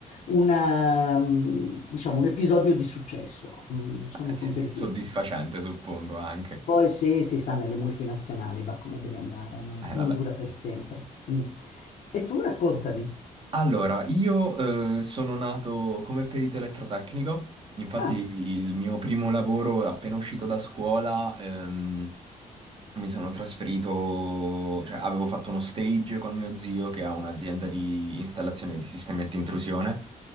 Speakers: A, on the left; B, on the right.
A: una, mm, diciamo, un episodio di successo. Mm, Sono
B: Eh, sì,
A: contentissima.
B: sì, soddisfacente suppongo anche.
A: Poi sì, si sa, nelle multinazionali va come deve andare, non,
B: Eh,
A: non
B: vabbè.
A: dura per sempre. Mm. E tu raccontami.
B: Allora, io eh, sono nato come perito elettrotecnico, infatti
A: Ah,
B: il mio primo lavoro appena uscito da scuola ehm, Mi sono trasferito, cioè avevo fatto uno stage con mio zio che ha un'azienda di installazione di sistemi anti-intrusione,